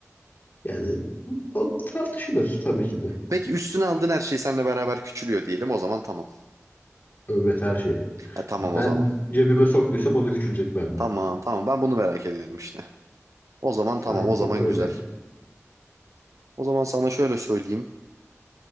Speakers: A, on the left; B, on the right.
A: Yani o tartışılır tabii ki de.
B: Peki üstüne aldığın her şey seninle beraber küçülüyor diyelim. O zaman tamam.
A: Evet her şey.
B: Ha, tamam
A: Ben
B: o zaman.
A: cebime soktuysam o da küçülecek bende.
B: Tamam tamam ben bunu merak ediyordum işte. O zaman tamam
A: Aynen
B: o zaman
A: o öyle.
B: güzel. O zaman sana şöyle söyleyeyim.